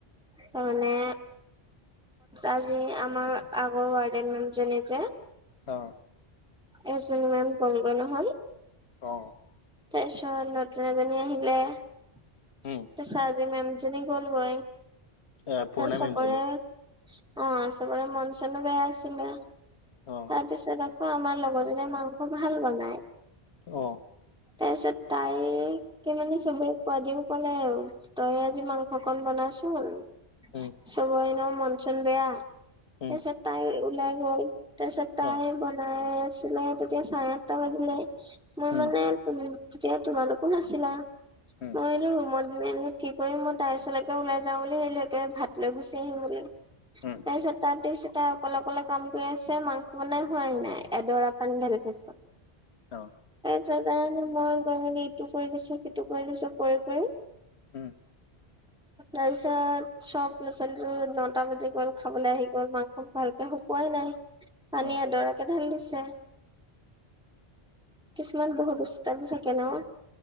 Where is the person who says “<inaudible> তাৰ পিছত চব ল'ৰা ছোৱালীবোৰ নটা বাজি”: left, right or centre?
Centre